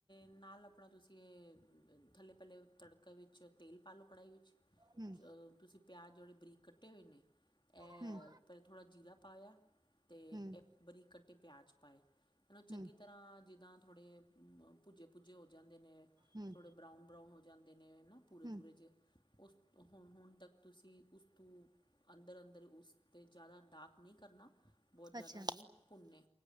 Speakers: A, on the left; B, on the right.
A: ਨਾਲ ਆਪਣਾ ਤੁਸੀਂ ਇਹ ਥੱਲੇ ਪਹਿੱਲ ਤੜਕਾ ਵਿੱਚ ਤੇਲ ਪਾ ਲਉ ਕੜਾਹੀ ਵਿੱਚ
B: ਹੂੰ
A: ਚਲੋ ਤੁਸੀਂ ਪਿਆਜ਼ ਜੜੇ ਬਰੀਕ ਕੱਟੇ ਹੋਏ ਨੇ ਇਹ
B: ਹੂੰ
A: ਪਹਿਲਥੋੜਾ ਜੀਰਾ ਪਾਇਆ ਅਤੇ
B: ਹੂੰ
A: ਇਹ ਬਰੀਕ ਕੱਟਟੀ ਪਿਆਜ਼ ਪਾਏ ਇਹਨੂੰ ਚੰਗੀ
B: ਹੂੰ
A: ਤਰ੍ਹਾਂ ਜਿੱਦਾਂ ਥੋੜੇ ਭੱਜੇ ਭੁੱਜੇ ਹੋ ਜਾਂਦੇ ਨੇ
B: ਹੂੰ
A: ਥੋੜੇ ਬਰਾਊਨ ਬਰਾਊਨ ਜਾਂਦੇ ਨੇ ਨਾ ਪੂਰੇ
B: ਹੂੰ
A: ਪੂਰੇ 'ਚ ਉਸ ਹੁਣ ਹੁਣ ਤੱਕ ਤੁਸੀਂ ਉਸ ਤੋਂ ਅੰਦਰ ਅੰਦਰ ਉਸ 'ਤੇ ਜ਼ਿਆਦਾ ਡਾਕ ਨਹੀਂ ਕਰਨਾ ਬਹੁਤ ਜ਼ਿਆਦਾ
B: ਅੱਛਾ
A: ਨਹੀਂ ਭੁੰਨੇ